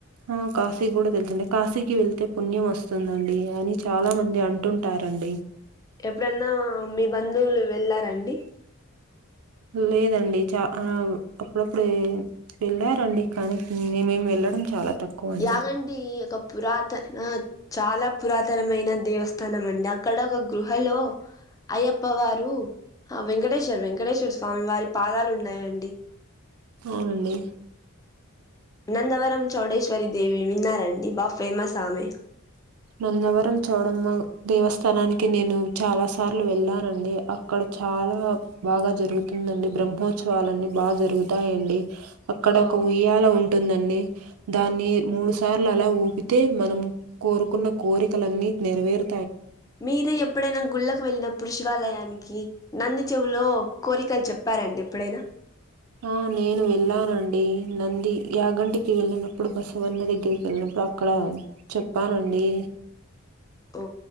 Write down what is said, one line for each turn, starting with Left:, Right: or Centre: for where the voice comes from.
Right: ఆ కాశీ కూడా తెలుసండి కాశీకి వెళ్తే పుణ్యం వస్తుందండి. అని చాలా మంది అంటుంటారండి.
Left: ఎప్పుడన్నా మీ బంధువులు వెళ్ళారండి.
Right: లేదండి చ అప్పుడప్పుడు వెళ్ళారండి. కానీ మేము వెళ్ళడం చాలా తక్కువ అండి
Left: యాగండి పురాతనా ఆ చాలా పురాతనమైన దేవస్థానం అండి. అక్కడ ఒక గృహలో అయ్యప్ప వారు ఆ వెంకటేశ్వర వెంకటేశ్వర స్వామి వారి పాదాలు ఉన్నాయాండి.
Right: అవునండి.
Left: నందవరం చోడేశ్వరి దేవి విన్నారా అండి బా ఫేమస్ ఆమె
Right: నందవరం చౌడమ్మ దేవస్థానానికి నేను చాలా సార్లు వెళ్ళానండి అక్కడ చాలా బాగా జరుగుతుందండి బ్రహ్మోత్సవలున్నీ బాగా జరుగుతాయండి. అక్కడ
Left: ఆ
Right: ఒక ఉయ్యాల ఉంటుందండి. దాన్ని
Left: ఆ
Right: మూడు సార్లు అలా ఊపితే మనం కోరు కున్న కోరికలన్నీ నెరవేరు
Left: మీరు ఎప్పుడైనా గుళ్ళకు వెళ్ళినప్పుడు శివాలయానికి... నంది చెవులో కోరికలు చెప్పారండి. ఎప్పుడైనా
Right: ఆ నేను వెళ్ళానండి. నంది యాగంటికి వెళ్ళినప్పుడు బసవన్న దగ్గరికి వెళ్ళినప్పుడు అక్కడ చెప్పానండి.
Left: ఓ